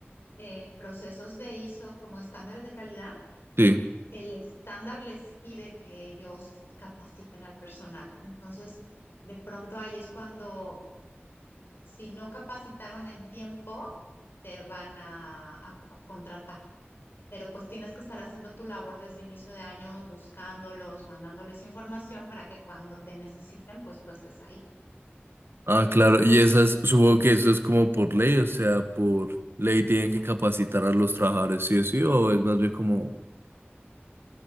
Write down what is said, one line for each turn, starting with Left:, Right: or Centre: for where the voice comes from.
Left: eh, procesos de ISO como estándares de calidad,
Right: Sí.
Left: el estándar les pide que ellos capaciten al personal. Entonces, de pronto ahí es cuando, si no capacitaron en tiempo, te van a, a contratar. Pero pues tienes que estar haciendo tu labor desde inicio de año, buscándolos, mandándoles información para que cuando te necesiten, pues tú estés ahí.
Right: Ah, claro, y esas, supongo que eso es como por ley, o sea, por ley tienen que capacitar a los trabajadores, sí o sí, o es más bien como...